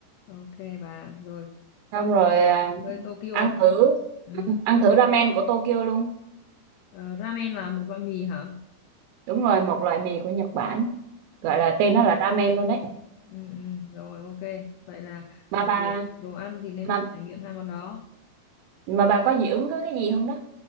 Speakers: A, on the left; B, on the right.
A: Ok bà, rồi. Xong
B: xong rồi à,
A: rồi Tokyo
B: ăn
A: xong.
B: thử
A: Ừ.
B: ăn thử ramen của Tokyo luôn
A: Ờ, ramen là một loại mì hả?
B: đúng rồi một loại mì của Nhật Bản gọi
A: Ừ,
B: là tên nó là ramen luôn đấy
A: ừ, ừ. Rồi ok. Vậy là
B: mà
A: ờ,
B: bà
A: đồ đồ ăn thì nên
B: mà
A: trải nghiệm hai món đó.
B: mà bà có dị ứng với cái gì không đó